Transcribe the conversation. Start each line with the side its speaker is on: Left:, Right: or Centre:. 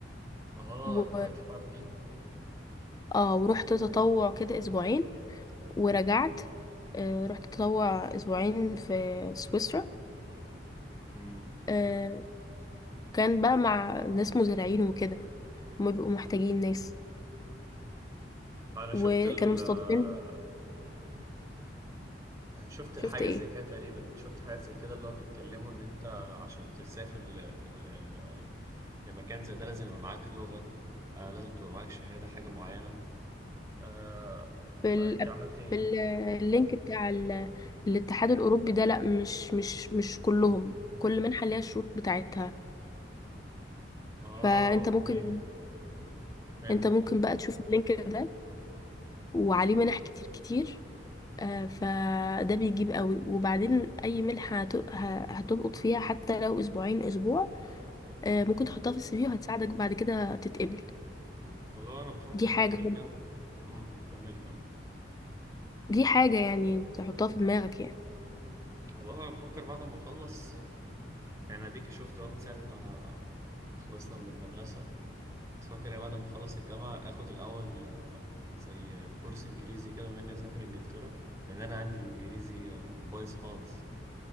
Right: اه
Left: و...
Right: اتقابلت في واحدة فيهم
Left: اه ورحت تطوع كده اسبوعين ورجعت آه، رحت اتطوع اسبوعين في سويسرا
Right: امم
Left: آه، كان بقى مع ناس مزارعين وكده هما بيبقوا محتاجين ناس
Right: انا
Left: وكانوا
Right: شفت ال
Left: مستضيفين
Right: آه، شفت
Left: شفت
Right: حاجة
Left: ايه
Right: زي كده تقريبا شفت حاجة زي كده اللي هو بيتكلموا ان انت عشان تسافر ل... ل... ل- لمكان زي ده لازم يبقى معاك لغة آه لازم تبقى معاك شهادة حاجة معينة آه
Left: في
Right: فانت
Left: ال...
Right: عملت ايه؟
Left: في ال- اللينك بتاع ال... الاتحاد الاوروبي ده لا مش مش مش كلهم
Right: أمم.
Left: كل منحه ليها الشروط بتاعتها
Right: اه
Left: فانت
Right: اوكي
Left: ممكن
Right: فهمتك
Left: انت ممكن
Right: فهمتك
Left: بقى تشوف اللينك ده وعليه منح كتير كتير آه، فده بيجيب قوي وبعدين اي ملح هت- ه- هتلقط فيها حتى لو اسبوعين اسبوع آه،
Right: مم.
Left: ممكن تحطها في السي في وهتساعدك بعد كده تتقبل
Right: والله انا بفكر
Left: دي حاجة
Right: بعد الجامعه امم كملي كملي
Left: دي حاجة يعني تحطها في دماغك يعني
Right: والله انا بفكر بعد ما اخلص يعني اديك شفت اهو من ساعه ما خلصنا من المدرسه تفكر يا بعد ما اخلص الجامعه اخد الاول زي كورس انجليزي كده مني اسافر انجلترا لان انا عندي الانجليزي بايظ خالص